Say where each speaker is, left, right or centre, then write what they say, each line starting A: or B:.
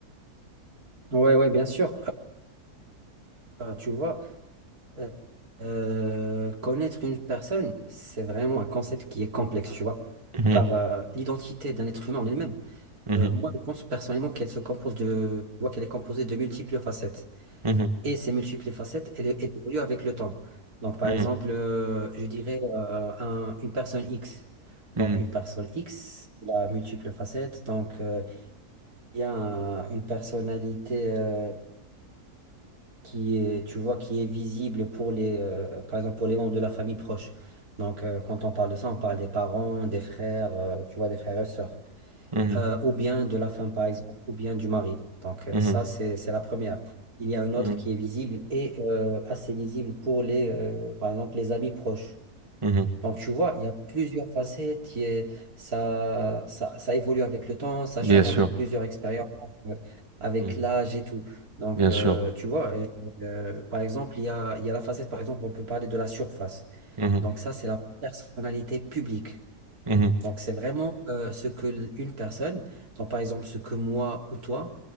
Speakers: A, on the right; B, on the right.
A: Ouais, ouais, bien sûr. Euh, tu vois, euh, euh, connaître une personne, c'est vraiment un concept qui est complexe, tu vois.
B: Mhm,
A: Car euh, l'identité d'un être humain en elle-même,
B: mhm,
A: euh, moi, je pense personnellement qu'elle se compose de, tu vois, qu'elle est composée de multiples facettes.
B: mhm,
A: Et ces multiples facettes, elles, elles évoluent avec le temps. Donc, par
B: mhm,
A: exemple, euh, je dirais euh, un- une personne X.
B: mhm,
A: Donc, une personne X, la multiple facette. Donc, euh, y a un- une personnalité euh, qui est, tu vois, qui est visible pour les, euh, par exemple, pour les membres de la famille proche. Donc, euh, quand on parle de ça, on parle des parents, des frères, euh, tu vois, des frères et sœurs.
B: mhm,
A: Euh, ou bien de la femme, par exemple, ou bien du mari. Donc, euh,
B: mhm,
A: ça, c'est, c'est la première. Il y a une
B: mhm,
A: autre qui est visible et euh, assez visible pour les, euh, par exemple, les amis proches.
B: mhm.
A: Donc, tu vois, il y a plusieurs facettes, il y a- ça, ça, ça évolue avec le temps, ça
B: Bien
A: change
B: sûr,
A: avec plusieurs expériences, euh, avec
B: mhm,
A: l'âge et tout. Donc,
B: bien
A: euh,
B: sûr.
A: tu vois, euh, euh, par exemple, il y a, il y a la facette, par exemple, on peut parler de la surface.
B: Mhm,
A: Donc, ça, c'est la personnalité publique.
B: mhm,
A: Donc, c'est vraiment euh, ce que l- une personne, donc par exemple, ce que moi ou toi,